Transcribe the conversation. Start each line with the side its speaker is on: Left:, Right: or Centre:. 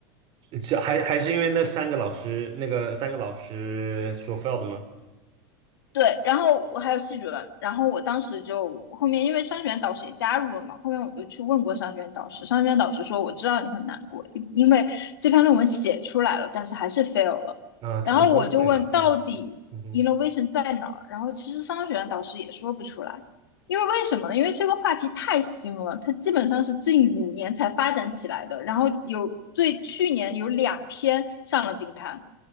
Right: 这还还是因为那三个老师，那个三个老师说 fail e 的吗？
Left: 对，然后我还有系主任，然后我当时就后面因为商学院导师也加入了嘛，后面我就去问过商学院导师，商学院导师说我知道你很难过，因因为这篇论文写出来了，但是还是 fail 了。
Right: 啊，这很崩溃吧？
Left: 然后我就问到底
Right: 嗯嗯哼，
Left: innovation 在哪儿，然后其实商学院导师也说不出来，因为为什么呢？因为这个话题太新了，它基本上是近五年才发展起来的，然后有对去年有两篇上了顶刊，